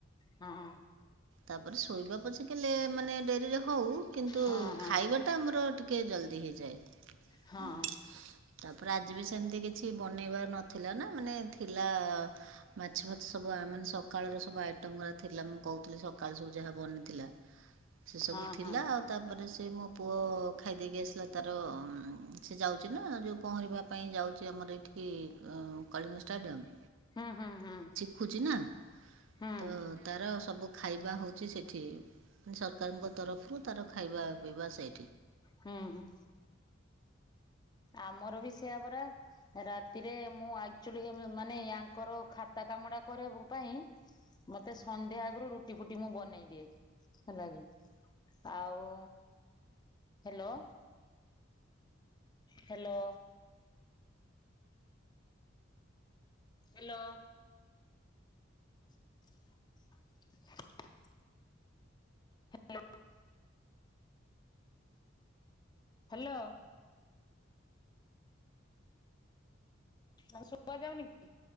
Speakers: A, on the left; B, on the right.
A: ହଁ।
B: ତାପରେ ଶୋଇବା ପଛେ କେ ଲେ ମାନେ ଡେରିରେ ହଉ କିନ୍ତୁ
A: ହଁ ହଁ
B: ଖାଇବାଟା ତୋ ଆମର ଟିକେ ଜଲଦି ହେଇଯାଏ।
A: ହଁ
B: ତାପରେ ଆଜି ବି ସେମିତି କିଛି ବନେଇବାର ନଥିଲା ନା ମାନେ ଥିଲା ମାଛ ଫାଛ ସବୁ ଆମେ ମାନେ ସକାଳର ସବୁ ଆଇଟମ ଗୁଡ଼ା ଥିଲା ମୁଁ କହୁଥିଲି ସକାଳେ ସବୁ ଯାହା ବନିଥିଲା। ସେ ସବୁ
A: ହଁ
B: ଥିଲା
A: ହଁ
B: ଆଉ ତାପରେ ସେ ମୋ ପୁଅ ଖାଇଦେଇକି ଆସିଲା। ତାର ସେ ଯାଉଛି ନା ଯୋଉ ପହଁରିବା ପାଇଁ ଯାଉଛି ଆମର ଏଠି କଳିଙ୍ଗ ଷ୍ଟାଡିୟମ।
A: ହୁଁ ହୁଁ ହୁଁ।
B: ଖୁଛି ନା
A: ହୁଁ
B: ତ ତାର ସବୁ ଖାଇବା ହଉଛି ସେଠି ମାନେ ସରକାରଙ୍କ ତରଫରୁ ତାର ଖାଇବା ପିଇବା ସେଇଠି।
A: ହୁଁ ହୁଁ। ଆମର ବି ସେଇଆ ପରା। ରାତିରେ ମୁଁ ଆକଚୁଆଲି ମାନେ ୟାଙ୍କର ଖାତା କାମଟା କରିବା ପାଇଁ ମତେ ସନ୍ଧ୍ୟା ଆଗରୁ ରୁଟି ଫୁଟି ମୁଁ ବନେଇ ଦିଏ। ହେଲା କି ଆଉ hello. Hello. Hello. <inaudible> Hello. Hello. ଆଉ ଶୁଭାଯାଉନି କି?